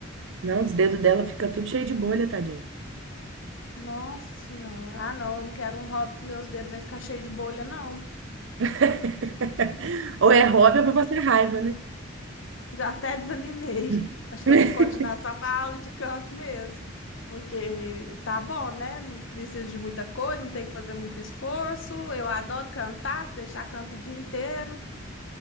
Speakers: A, on the right; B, on the left.
A: não, os dedos dela fica tudo cheio de bolha, tadinha.
B: Nossa senhora. Ah, não, eu não quero um hobby que meus dedos vai ficar cheio de bolha, não.
A: <laughs> Ou é
B: Já
A: hobby ou pra passar raiva, né?
B: Já até desanimei.
A: <laughs>
B: <laughs> Acho que eu vou continuar só com a aula de canto mesmo. Porque tá bom, né? Não preciso de muita coisa, não tem que fazer muito esforço. Eu adoro cantar, se deixar canto o dia inteiro.